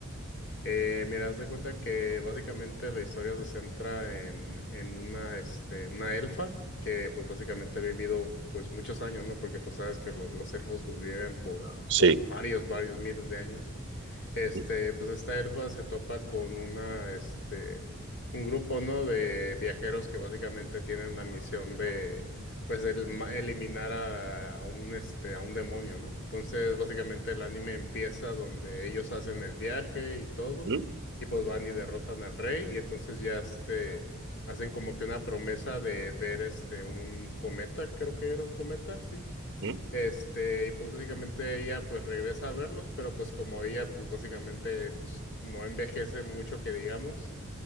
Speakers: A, on the left (about 55°); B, on the right (about 55°).
A: Eh, mira, haz de cuenta que básicamente la historia se centra en, en una, este, una elfa que, pues, básicamente ha vivido, pues, muchos años, ¿no? Porque, pues, sabes que lo- los elfos pues, viven por,
B: Sí.
A: por varios, varios miles de años. Este,
B: Mm,
A: pues esta elfa se topa con una, este, un grupo, ¿no? De viajeros que básicamente tienen la misión de, pues, el, ma- eliminar a, a un, este, a un demonio, ¿no? Entonces, básicamente el anime empieza donde ellos hacen el viaje y todo,
B: mm,
A: y pues van y derrotan al rey, y entonces ya, este, hacen como que una promesa de ver, este, un cometa, creo que era un cometa, sí.
B: mm,
A: Este, y pues básicamente ella pues regresa a verlos, pero pues como ella pues básicamente pues no envejece mucho que digamos,